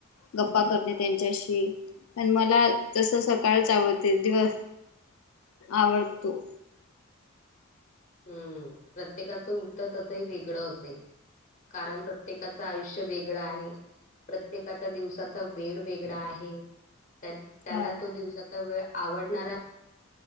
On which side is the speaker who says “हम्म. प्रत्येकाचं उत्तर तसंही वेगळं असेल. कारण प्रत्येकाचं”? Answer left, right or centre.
Left